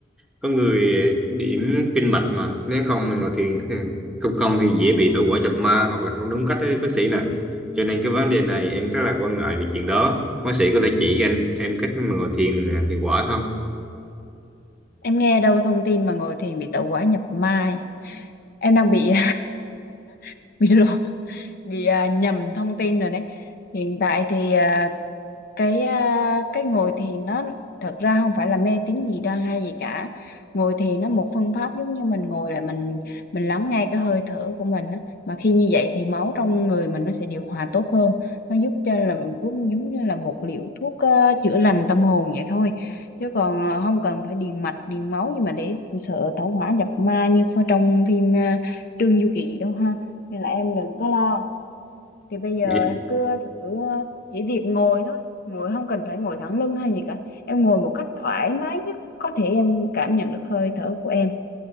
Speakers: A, in the centre; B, on the left (about 50°).
A: có người điểm kinh mạch mà nếu không mình ngồi thiền ừ, không không thì dễ bị thổ quả chập ma hoặc là không đúng cách đấy bác sĩ nè cho nên cái vấn đề này em rất là quan ngại về chuyện đó bác sĩ có thể chỉ cho anh em cách mà ngồi thiền hiệu quả không
B: Em nghe đâu thông tin mà ngồi thiền bị tẩu hỏa nhập mai. Em đang bị <laughs> bị lộ, bị à, nhầm thông tin rồi đấy. Hiện tại thì à, cái à, cái ngồi thiền nó thật ra không phải là mê tín gì đoan hay gì cả ngồi thiền nó một phương pháp giống như mình ngồi là mình mình lắng nghe cái hơi thở của mình á mà khi như vậy thì máu trong người mình nó sẽ điều hòa tốt hơn nó giúp cho là mình cũng giống như là một liệu thuốc ờ, chữa lành tâm hồn vậy thôi chứ còn ờ, không cần phải điền mạch điền máu gì mà để sợ tẩu hỏa nhập ma như pho- trong phim ờ, Trương Du Kỳ đâu ha nên là em đừng có lo thì bây giờ
A: Dạ.
B: em cứ thử ờ, chỉ việc ngồi thôi ngồi không cần phải ngồi thẳng lưng hay gì cả em ngồi một cách thoải mái nhất có thể em cảm nhận được hơi thở của em